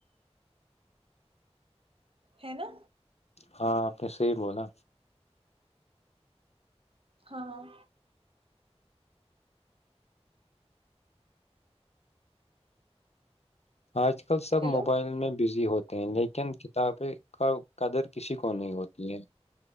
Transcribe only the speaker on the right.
ہے نا
ہاں ہاں
ہیلو